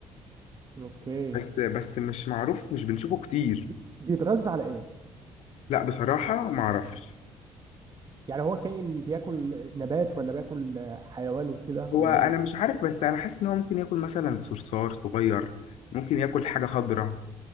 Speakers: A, on the right; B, on the left.
A: أوكي
B: بس بس مش معروف مش بنشوفه كتير
A: بي- بيتغذى على إيه؟
B: لا بصراحة معرفش
A: يعني هو كائن بياكل نبات ولا بياكل حيوان وكده ولا
B: هو انا
A: إيه؟
B: مش عارف بس انا حاسس ان هو ممكن ياكل مثلا صرصار صغير ممكن ياكل حاجة خضراء